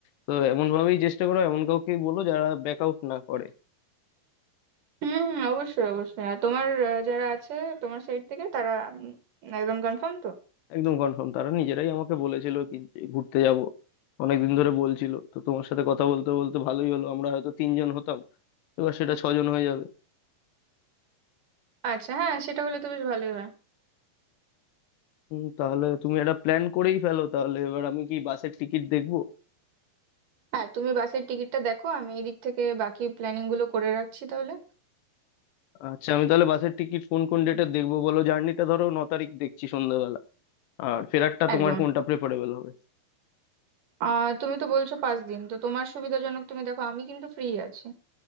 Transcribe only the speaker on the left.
তো এমন ভাবেই চেষ্টা করো এমন কাউকে বলো যারা ব্যাক আউট না করে
একদম কনফার্ম তারা নিজেরাই আমাকে বলেছিল কি যে ঘুরতে যাব অনেকদিন ধরে বলছিল তো তোমার সাথে কথা বলতে বলতে ভালোই হলো আমরা হয়তো তিনজন হতাম এবার সেটা ছজন হয়ে যাবে
হুম, তাহলে তুমি একটা প্ল্যান করেই ফেলো তাহলে এবার আমি কি বাসের টিকিট দেখবো
আচ্ছা আমি তাহলে বাসের টিকিট কোন কোন ডেটে দেখবো বলো জার্নিটা ধরো ন তারিখ দেখছি সন্ধ্যাবেলা আর ফেরারটা তোমার
কোনটা প্রেফারেবল হবে